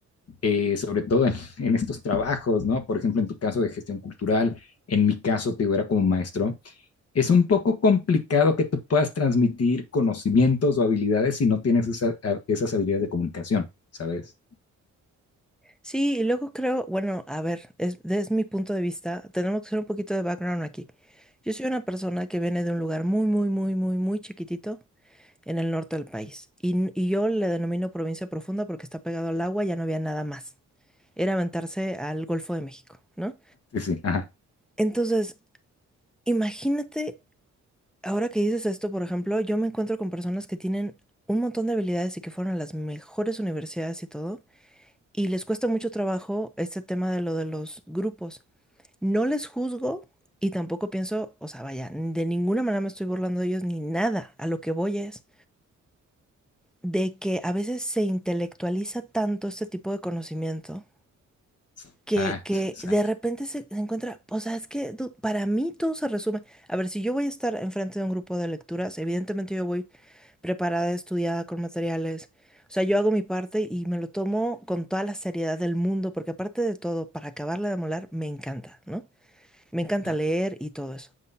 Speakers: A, on the left; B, in the centre.
A: eh, sobre todo en, <laughs> en, estos trabajos, ¿no? Por ejemplo, en tu caso de gestión cultural, en mi caso, te digo, era como maestro, es un poco complicado que tú puedas transmitir conocimientos o habilidades si no tienes esa, esas habilidades de comunicación, ¿sabes?
B: Sí, y luego creo, bueno, a ver, es, desde mi punto de vista, tenemos que hacer un poquito de background aquí. Yo soy una persona que viene de un lugar muy, muy, muy, muy, muy chiquitito en el norte del país. Y, y yo le denomino provincia profunda porque está pegado al agua, ya no había nada más. Era aventarse al Golfo de México, ¿no?
A: Sí, sí, ajá.
B: Entonces, imagínate, ahora que dices esto, por ejemplo, yo me encuentro con personas que tienen un montón de habilidades y que fueron a las mejores universidades y todo, y les cuesta mucho trabajo este tema de lo de los grupos. No les juzgo y tampoco pienso, o sea, vaya, de ninguna manera me estoy burlando de ellos ni nada. A lo que voy es, de que a veces se intelectualiza tanto este tipo de conocimiento
A: Exacto,
B: que, que
A: exacto.
B: de repente se, se encuentra, o sea, es que du- para mí todo se resume. A ver, si yo voy a estar enfrente de un grupo de lecturas, evidentemente yo voy preparada, estudiada con materiales. O sea, yo hago mi parte y me lo tomo con toda la seriedad del mundo, porque aparte de todo, para acabarle de molar, me encanta, ¿no? Me encanta
A: Ajá,
B: leer y todo eso.